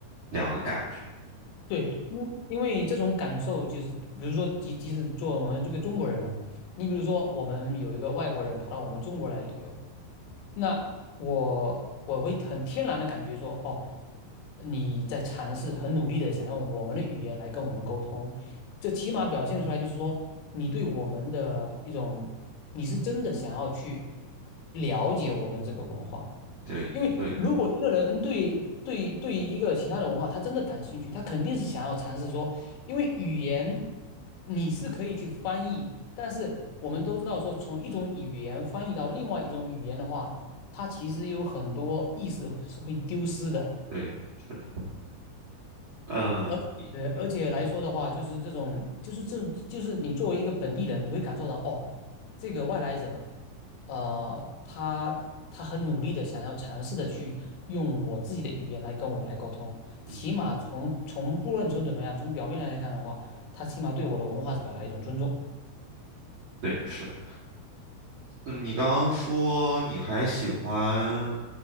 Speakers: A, on the right (about 65°); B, on the left (about 85°).
A: 两个感觉。
B: 对，因因为这种感受就是，比如说，即即使作为我们这个中国人嘛，你比如说，我们有一个外国人跑到我们中国来旅游，那我我会很天然的感觉说，哦，你在尝试，很努力的想用我们的语言来跟我们沟通，这起码表现出来就是说，你对我们的一种，你是真的想要去了解我们这个文化，
A: 对对
B: 因为如果一个人对对对于一个其他的文化，他真的感兴趣，他肯定是想要尝试说，因为语言你是可以去翻译，但是我们都知道说，从一种语言翻译到另外一种语言的话，它其实有很多意思是会丢失的。
A: 对，是的，嗯，
B: 而呃，
A: 你嗯
B: 而且来说的话，就是这种，就是这，就是你作为一个本地人，你会感受到哦，这个外来者，呃，他他很努力的想要尝试的去用我自己的语言来跟我来沟通，
A: 嗯哼。
B: 起码从从不论从怎么样，从表面来看的话，他起码对我的文化是表达一种尊重，
A: 对，是的。嗯，你刚刚说你还喜欢